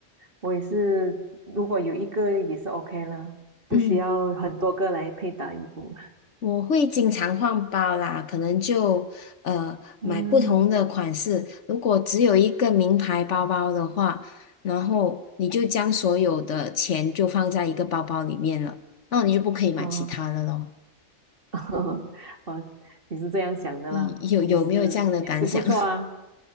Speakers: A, on the right; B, on the left.
A: 我也是，如果有一个也是 OK 了，不需要很多个来配搭衣服。
B: 嗯。我会经常换包啦，可能就呃买不同的款式。
A: 嗯
B: 如果只有一个名牌包包的话，然后你就将所有的钱就放在一个包包里面了，那你就不可以买其他的咯。
A: 啊，<laughs> 哦，你是这样想的啦，
B: 你有有没有这样的感想？
A: 也是也是不错啊，
B: <laughs>